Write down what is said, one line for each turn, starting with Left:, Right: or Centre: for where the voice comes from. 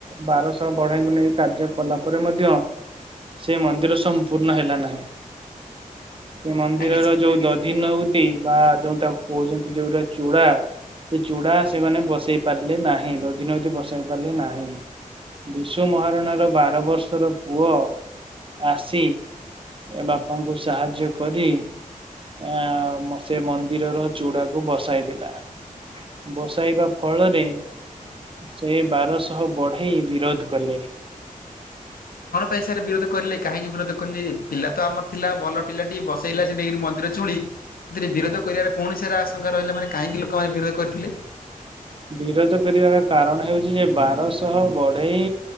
Right: ବାରଶହ ବଢେଇଙ୍କୁ ନେଇ କାର୍ଯ୍ୟ କଲା ପରେ ମଧ୍ୟ ସେ ମନ୍ଦିର ସମ୍ପୂର୍ଣ୍ଣ ହେଲା ନାହିଁ। ସେ ମନ୍ଦିରର
Left: ଆଜ୍ଞା ସାର୍।
Right: ଯୋଉ ଦଧି ନଉଟି ବା ଯୋଉ ତାକୁ କହୁଛନ୍ତି ଯୋଉଟା ଚୂଡା ସେ ଚୁଡା ସେମାନେ ବସେଇ ପାରିଲେ ନାହିଁ ଦଧିନଉତି ବସେଇ ପାରିଲେ ନାହିଁ। ବିଶୁ ମହାରଣା ର ବାର ବର୍ଷର ପୁଅ ଆସି ଏ ବାପାଙ୍କୁ ସାହାଯ୍ୟ କରି ଆ ସେ ମନ୍ଦିରର ଚୁଡାକୁ ବସାଇଥିଲା। ବସାଇବା ଫଳରେ ସେ ବାରଶହ ବଢେଇ ବିରୋଧ କଲେ।
Left: କଣ ପାଇଁ ସାର୍ ବିରୋଧ କରିଲେ କାହିଁକି ବିରୋଧ କଲେେ? ପିଲା ତ ଆମର ଥିଲା ଭଲ ପିଲା ଟିକେ ବସେଇଲା ସେ ନେଇକି ମନ୍ଦିର ଚୁଳି, ସେଥିରେ ବିରୋଧ କରିବାର କଣ ସାର ଆଶଙ୍କା ରହିଲା ମାନେ କାହିଁକି ଲୋକମାନେ ବିରୋଧ କରିଥିଲେ?
Right: ବିରୋଧ କରିବାର କାରଣ ହଉଛି ଯେ ବାରଶହ ବଢେଇ